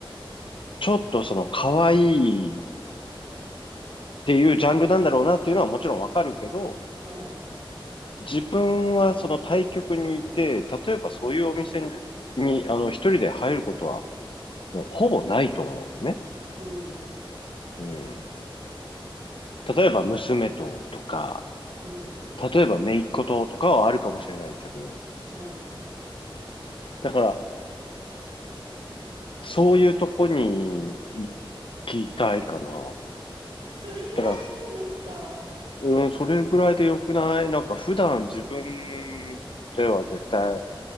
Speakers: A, on the left; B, on the right.
A: ちょっとその可愛いっていうジャンルなんだろうなっていうのはもちろんわかるけど、
B: はい。
A: 自分はその対局にいて、例えばそういうお店
B: うん。
A: に、あの、一人で入ることはもうほぼないと思うね。
B: うん
A: うん。例えば娘ととか、
B: うんう
A: 例えば、姪っ子ととかはあるかもしれないけど、
B: ん。はい。
A: だから、そういうとこに行きたいかな。
B: それぐらいでいいんですか
A: だから、ふうん、それぐらいでよくないなんか、普段自分では絶対